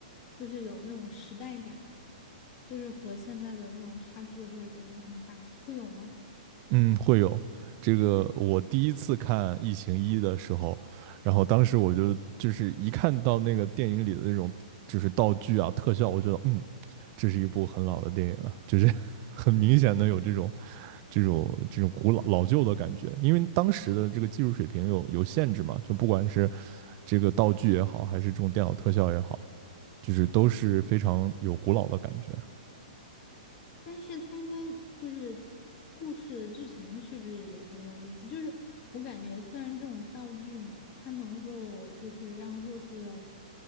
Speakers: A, on the left (about 40°); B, on the right (about 35°).
A: 就是有那种时代感，就是和现在的那种差距会感觉很大，会有吗？
B: 嗯，会有这个。我第一次看《异形一》的时候，然后当时我就就是一看到那个电影里的那种就是道具啊、特效，我觉得嗯，这是一部很老的电影了，就是 <laughs> 很明显的有这种这种这种古老老旧的感觉。因为当时的这个技术水平有有限制嘛，就不管是这个道具也好，还是这种电脑特效也好，就是都是非常有古老的感觉。
A: 但是它应该就是故事的剧情是不是也很有意思？就是我感觉虽然这种道具嘛，它能够就是让故事的